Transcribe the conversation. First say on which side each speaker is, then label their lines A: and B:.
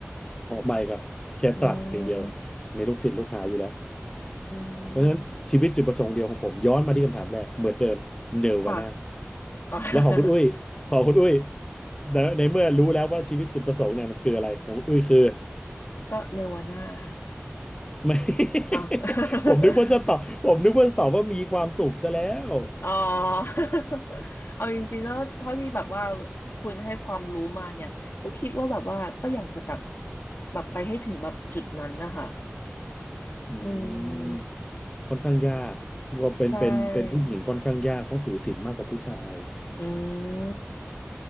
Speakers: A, on the left; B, on the left.
A: อ๋อไม่ครับแค่ตรัสอย่างเดียว
B: อืม
A: มีลูกศิษย์ลูกหาอยู่แล้ว
B: อื
A: เพราะฉะนั้นชีวิตจุดประสงค์เดียวของผมย้อนมาที่คำถามแรกเหมือนเดิมเนวาน่า
B: มค่ะอ๋อ
A: แล้วของคุณอุ้ยของคุณอุ้ย
B: <laughs>
A: ในในเมื่อรู้แล้วว่าชีวิตจุดประสงค์เนี่ยมันคืออะไรของคุณอุ้ยคือ
B: ก็เนวาน่าค่ะ
A: ไม่ <laughs>
B: อ้าว <laughs>
A: ผมนึกว่าจะตอบผมนึกว่าจะตอบว่ามีความสุขซะแล้ว
B: อ๋อ <laughs> เอาจริงๆแล้วเท่าที่แบบว่าคุณให้ความรู้มาเนี่ยก็คิดว่าแบบว่าก็อยากจะแบบแบบไปให้ถึงแบบจุดนั้นนะคะ
A: อื
B: อื
A: ม
B: ม
A: ค่อนข้างยากว่าเป็นเป็นเป็นผู้หญิงค่อนข้างยากต้องถือศีลมากกว่าผู้ชาย
B: ใช่อืม